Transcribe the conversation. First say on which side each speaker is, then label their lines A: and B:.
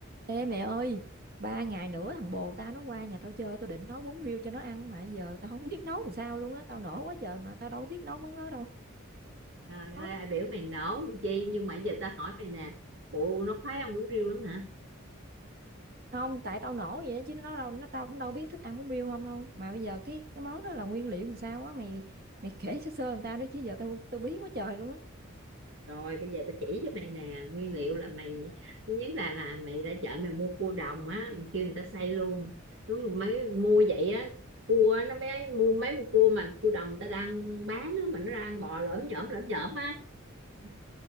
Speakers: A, on the right; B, on the right.
A: Ê mẹ ơi, ba ngày nữa thằng bồ tao nó qua nhà tao chơi, tao định nấu bún riêu cho nó ăn mà giờ tao không biết nấu làm sao luôn á, tao nổ quá trời mà tao đâu biết nấu món đó đâu.
B: Trời
A: Nó-
B: ơi, ai biểu mày nổ con chi nhưng mà giờ tao hỏi mày nè bộ nó khoái ăn bún riêu lắm hả
A: Không, tại tao nổ vậy á, chứ nó đâu, nó tao cũng đâu biết thích ăn bún riêu không đâu. Mà bây giờ cái cái món đó là nguyên liệu làm sao á, mày mày kể sơ sơ làm tao đó chứ giờ tao tao bí quá trời luôn á.
B: rồi bây giờ tao chỉ cho mày nè nguyên liệu là mày thứ nhất là là mày ra chợ mày mua cua đồng á mày kêu người ta xay luôn đúng rồi, mấy mua vậy á cua á, nó mới mua mấy con cua mà cua đồng người ta đang bán á mà nó đang bò lởm nhởm lởm nhởm á
A: Ừ.